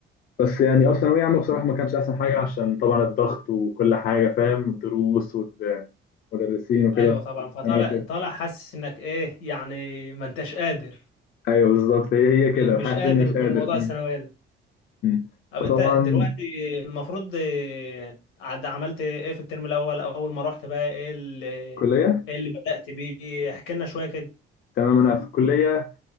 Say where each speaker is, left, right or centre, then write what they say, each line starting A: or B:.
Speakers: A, on the left; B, on the left.
A: بس يعني أه ثانوية عامة بصراحة ما كانتش أحسن حاجة عشان طبعا الضغط وكل حاجة فاهم الدروس والمدرسين وكده
B: ايوه طبعا
A: والسناتر
B: فطالع طالع حاسس انك ايه يعني ما انتش قادر
A: أيوه بالظبط هي هي
B: م-
A: كده
B: مش
A: حاسس
B: قادر
A: إني مش قادر
B: من موضوع الثانوية ده
A: م-م.
B: طب
A: فطبعا
B: انت دلوقتي المفروض اه، عد- عملت ايه في الترم الاول اول ما رحت بقى ايه اللي
A: كلية
B: ايه اللي بدأت بيه احكي لنا شوية كده
A: تمام انا في الكليه